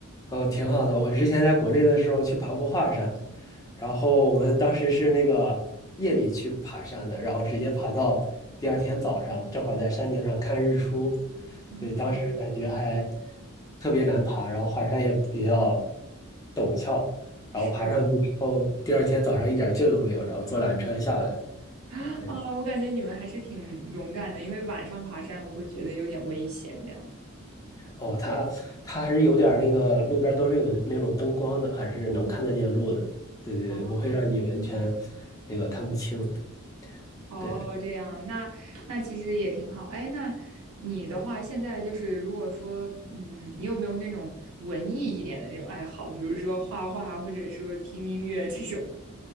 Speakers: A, on the left; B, on the right.
A: 哦，挺好的。我之前在国内的时候去爬过华山，然后我们当时是那个夜里去爬山的，然后直接爬到第二天早上，正好在山顶上看日出。
B: 嗯，
A: 对，当时感觉还特别难爬，然后华山也比较陡峭，
B: 是
A: 然后爬上去之后，第二天早上一点劲儿都没有，然后坐缆车下来。
B: 啊，
A: 对，
B: 我感觉你们还是挺勇敢的，因为晚上爬山我会觉得有点危险这样。
A: 哦，它它还是有点儿那个路边儿都是有那种灯光的，还是能看得见路的，对对，
B: 哦
A: 对不会让你完全那个看不清。
B: 哦，
A: 对。
B: 这样，那那其实也挺好。哎，那你的话，现在就是如果说，嗯，你有没有那种文艺一点的那种爱好，比如说画画，或者说听音乐这种？